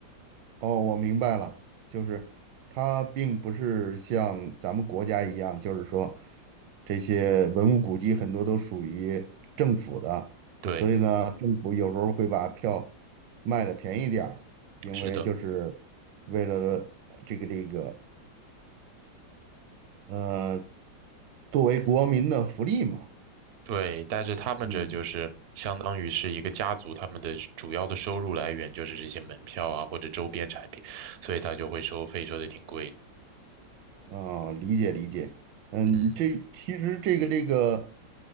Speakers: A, on the right (about 80°); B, on the right (about 70°).
A: 哦，我明白了，就是它并不是像咱们国家一样，就是说这些文物古迹很多都属于政府的，
B: 对，
A: 所以呢，政府有时候会把票卖的便宜点儿，因为就是
B: 是的。
A: 为了这个这个呃，作为国民的福利嘛。
B: 对，但是他们这就是相当于是一个家族，
A: 嗯，
B: 他们的主要的收入来源就是这些门票啊或者周边产品，所以他就会收费，收的挺贵的。
A: 啊，理解理解。嗯，
B: 嗯，
A: 这其实这个这个。